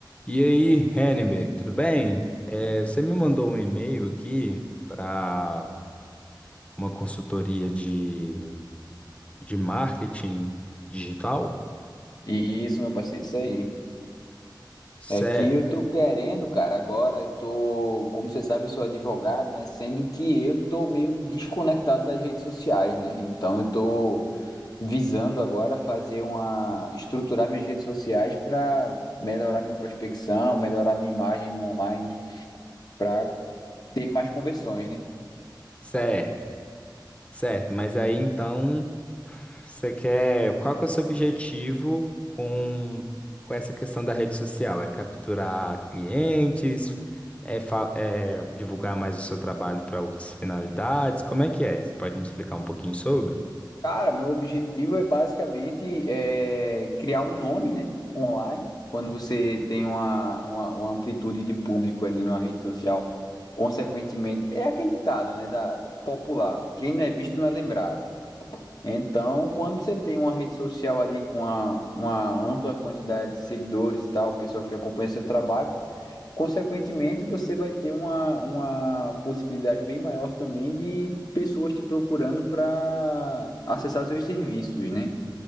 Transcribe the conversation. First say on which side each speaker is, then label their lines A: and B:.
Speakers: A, on the left (about 15°); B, on the left (about 55°).
A: E aí, Henneberg, tudo bem? É, você me mandou um e-mail aqui para uma consultoria de, de marketing digital?
B: Isso, meu parceiro, isso aí.
A: Certo,
B: É que eu tô querendo, cara, agora eu tô, como você sabe, eu sou advogado, né? Sendo que eu tô meio desconectado das redes sociais, né? Então eu tô visando agora fazer uma, estruturar minhas redes sociais para melhorar minha prospecção, melhorar minha imagem no online, para ter mais conversões, né?
A: certo, certo. Mas aí então, você quer. Qual que é o seu objetivo com, com essa questão da rede social? É capturar clientes? É, fa- é divulgar mais o seu trabalho para outras finalidades? Como é que é? Você pode me explicar um pouquinho sobre?
B: Cara, meu objetivo é basicamente é, criar um nome, né, online. Quando você tem uma, uma, uma amplitude de público ali numa rede social, consequentemente, é aquele ditado, né, da popular, quem não é visto não é lembrado. Então, quando você tem uma rede social ali com uma, uma ampla quantidade de seguidores e tal, pessoa que acompanha seu trabalho, Consequentemente, você vai ter uma, uma possibilidade bem maior também de pessoas te procurando para acessar seus serviços, né?